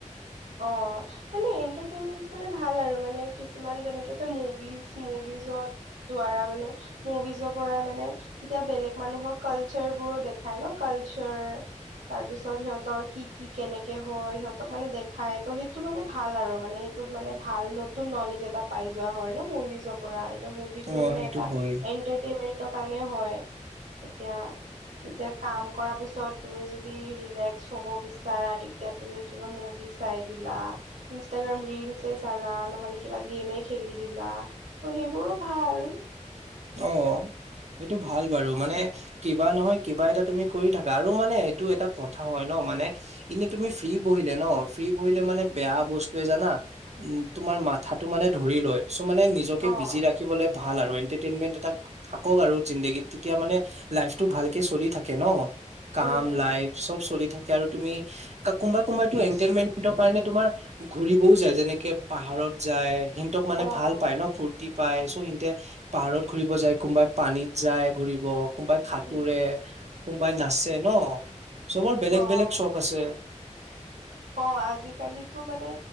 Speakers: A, on the right (about 85°); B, on the right (about 60°).
A: অ', মানে এণ্টাৰটেইনমেন্ট মানে ভাল আৰু মা- নে কিছুমান যেনেকে এতিয়া, মুভিজ, মুভিজৰ দ্বাৰা মানে মুভিজৰ পৰা মানে এতিয়া বেলেগ মানুহৰ কালচাৰ বোৰো দেখায় ন', কালচাৰ- তাৰ পিছত সিহঁতৰ কি, কি, কেনেকে হয়, সিহঁতক মানে দে- খাই ত', সেইটো মানে ভাল আৰু মানে সেইটোত মানে ভাল নতুন নলেজ এটা পাই যোৱা হয় ন', মুভিজৰ পৰা- তে মুভিটো
B: অ
A: মানে
B: সেইটো
A: এটা
B: হয়
A: এনটাৰটেইনমেন্টৰ কাৰণে হয় তেতিয়া- এতিয়া কাম কৰাৰ পিছত তুমি যদি ৰিলেক্স হব বিচাৰা তেতিয়া তুমি কিবা মুভিজ- চাই দিলা, ইনষ্ট্ৰাগ্ৰাম ৰীলছ এ চালা নহলে কিবা গেমে খেলি দিলা ত', সে- ইবোৰো ভাল।
B: অ', সেইটো ভাল বাৰু মানে কিবা নহয় কিবা এটা তুমি কৰি থাকা আৰু মানে এইটো এটা ক- থা হয় ন, মানে এনে তুমি ফ্ৰী বহিলে ন', ফ্ৰী বহিলে মানে বেয়া বস্তুৱয়ে জানা তোমাৰ মাথাটো মানে ধৰি লয় চ', মানে নিজকে
A: অ',
B: বিজি ৰাখিবলে ভাল আৰু এণ্টে- টেন্মেণ্ট এটা থাকক আৰু জিন্দগীত তেতিয়া মানে লাইফটো ভালকে চলি থাকে ন'? কাম,
A: উম।
B: লাইফ চব চলি থাকে আৰু তুমি কা কোনবা কোনবা টো এন্তেতেন্মেট- ৰ কাৰণে তোমাৰ ঘুৰিবও যায়, যেনেকে পাহাৰত যায়, সিনতক মানে
A: অ',
B: ভাল পায় ন', ফূুৰ্তি পাই চ', সিন্তে পাহাৰত ঘুৰিব যায়, কোনোবাই পানীত যায়, ঘুৰিব, কোনোবাই খাঁতুৰে,
A: উম।
B: কোনোবাই না- চে, ন', চবৰ বেলেগ
A: অ',
B: বেলেগ চখ আছে।
A: অ', আজিকালিতো মানে